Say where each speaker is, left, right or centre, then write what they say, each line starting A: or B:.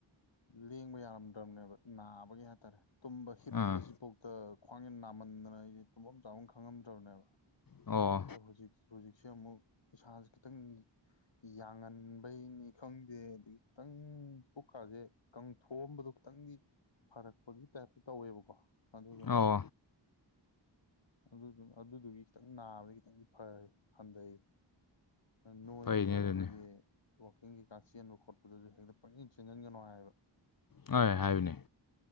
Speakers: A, on the left (about 75°); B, on the left (about 50°).
A: ꯂꯦꯡꯕ ꯌꯥꯔꯝꯗ ꯕ ꯅꯥꯕꯒꯤ ꯍꯥꯏꯇꯥꯔꯦ ꯇꯨꯝꯕ ꯍꯤꯞꯄꯁꯤꯐꯥꯎꯇ
B: ꯑꯥ
A: ꯈ꯭ꯋꯥꯡꯁꯟ ꯅꯥꯃꯟꯗꯅ ꯑꯩꯁꯦ ꯇꯨꯝꯐꯝꯐꯝ ꯆꯥꯎꯥꯐꯝ ꯈꯪꯉꯝꯗ꯭ꯔꯕꯅꯦꯕ
B: ꯑꯣ
A: ꯑꯗꯣ ꯍꯧꯖꯤꯛ ꯍꯧꯖꯤꯛꯁꯦ ꯑꯃꯨꯛ ꯏꯁꯥꯥꯁꯦ ꯈꯤꯇꯪ ꯌꯥꯡꯍꯟꯕꯩꯅꯤ ꯈꯪꯗꯦ ꯑꯗꯒꯤ ꯈꯤꯇꯪ ꯄꯨꯛꯈꯥꯁꯦ ꯀꯥꯡꯪꯊꯣꯛꯑꯝꯕꯗꯣ ꯈꯤꯇꯪꯗꯤ ꯐꯔꯛꯄꯒꯤ ꯇꯥꯏꯞꯇ ꯇꯧꯋꯦꯕꯀꯣ ꯑꯗꯨꯗꯨꯅ
B: ꯑꯣ
A: ꯑꯗꯨꯗꯨ ꯑꯗꯨꯗꯨꯒꯤ ꯈꯤꯇ ꯈꯤꯇꯪ ꯅꯥꯕꯗꯤ ꯈꯤꯇꯪꯗꯤ ꯐꯩ ꯍꯟꯊꯩ ꯅꯣꯏꯕꯁꯦ
B: ꯐꯩꯅꯦ
A: ꯑꯩꯈꯣꯏꯒꯤ
B: ꯑꯗꯨꯅꯦ
A: ꯋꯥꯋꯥꯛꯀꯤꯡꯒꯤ ꯀꯥ ꯆꯦꯟꯕ ꯈꯣꯠꯄꯗꯁꯨ ꯍꯦꯛꯇ ꯄꯪꯁꯤꯟ ꯆꯦꯟꯁꯤꯟꯒꯅꯨ ꯍꯥꯏꯕ
B: ꯍꯣꯏ ꯍꯥꯏꯌꯨꯅꯦ